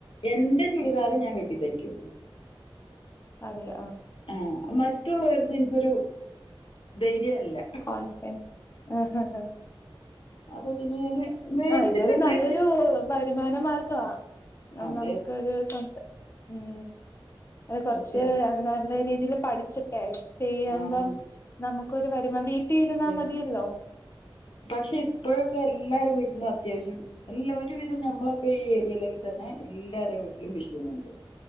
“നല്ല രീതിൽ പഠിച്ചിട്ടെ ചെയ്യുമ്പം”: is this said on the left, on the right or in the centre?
Left